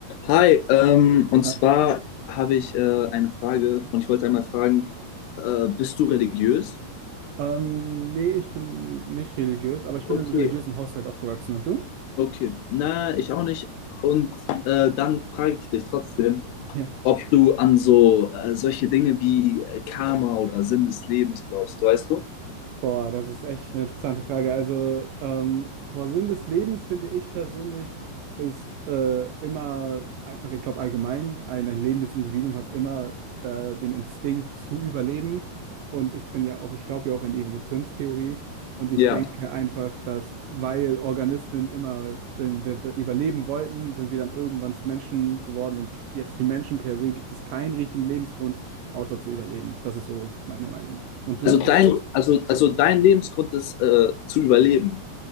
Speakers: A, on the left (about 80°); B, on the right (about 75°).
A: Hi, ähm, und
B: Hi.
A: zwar habe ich äh, eine Frage und ich wollte einmal fragen, äh, bist du religiös?
B: Ähm, nee, ich bin nicht religiös, aber ich bin
A: Okay,
B: im religiösen Haushalt aufgewachsen. Und du?
A: Okay, na, ich auch nicht. Und äh, dann frage ich dich trotzdem,
B: Ja.
A: ob du an so äh, solche Dinge wie äh, Karma oder Sinn des Lebens glaubst, weißt du?
B: Boah, das ist echt eine interessante Frage. Also, ähm, boah, Sinn des Lebens, finde ich persönlich, ist äh, immer einfach, ich glaube, allgemein, ein, ein lebendes Individuum hat immer da den Instinkt zu überleben. Und ich bin ja auch, ich glaube ja auch an die Evolutionstheorie. Und ich
A: ja,
B: denke einfach, dass weil Organismen immer den, den, den überleben wollten, sind wir dann irgendwann zu Menschen geworden. Und jetzt wie Menschen per se gibt es keinen richtigen Lebensgrund, außer zu überleben. Das ist so meine Meinung. Und
A: Also
B: du?
A: dein,
B: Was sagst du?
A: also, also dein Lebensgrund ist äh, zu überleben.